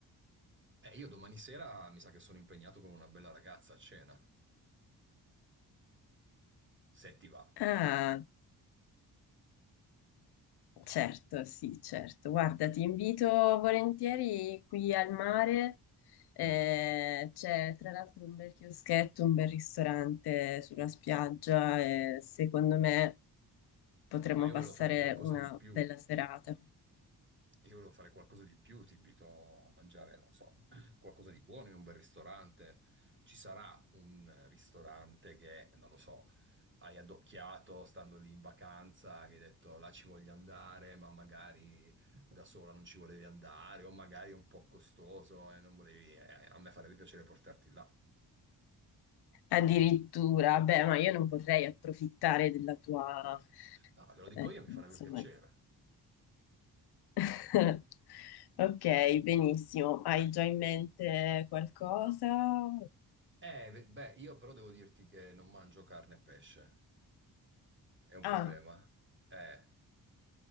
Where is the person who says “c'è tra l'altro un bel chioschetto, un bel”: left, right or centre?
Left